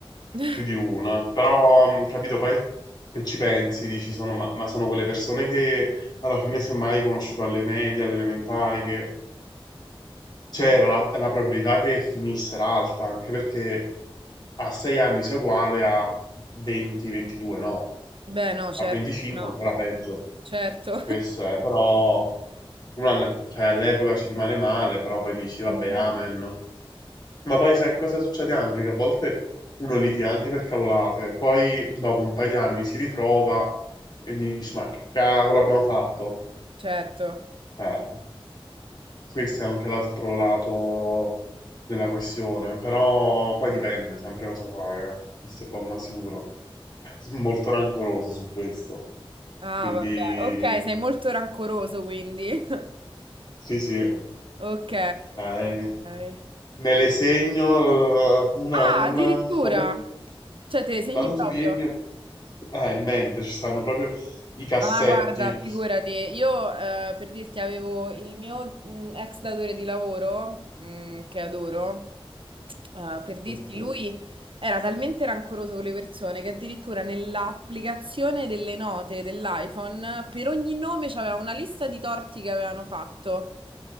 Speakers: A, on the right; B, on the left.
A: <laughs>
B: più di una. Però, mh, capito, poi se ci pensi, dici, sono, ma, ma sono quelle persone che alla fine semmai hai conosciuto alle medie, alle elementari, che Cioè, la, la probabilità che finisse era alta, anche perché a 6 anni sei uguale a 20-22, no?
A: Beh, no, certo,
B: A 25
A: no,
B: ancora peggio.
A: certo.
B: Questo è, però, uno alle- cioè, all'epoca ci rimane male, però poi dici, vabbè,
A: <laughs>
B: amen. Ma poi sai cosa succede anche? Che a volte uno litiga anche per cavolate, poi dopo un paio di anni si ritrova e dici, ma che cavolo abbiamo fatto?
A: Certo.
B: Eh, questo è anche l'altro lato della questione, però poi dipende sempre cosa fai, eh. Questo è poco ma sicuro. <laughs> Sono molto rancoroso su questo.
A: Ah,
B: Quindi
A: vabbè. Ok, sei molto rancoroso quindi. <laughs>
B: sì, sì,
A: Ok.
B: cioè,
A: Ok.
B: me le segno eh, una
A: Ah,
B: a una.
A: addirittura.
B: Quando,
A: Cioè, te le segni
B: quando
A: proprio.
B: tu vieni, a- ah, in mente ci stanno proprio i cassetti.
A: Ma guarda, figurati, io eh, per dirti avevo il mio mh, ex datore di lavoro, mh, che adoro, eh, per dirti
B: Ok.
A: lui era talmente rancoroso con le persone che addirittura nell'applicazione delle note dell'iPhone per ogni nome c'aveva una lista di torti che avevano fatto.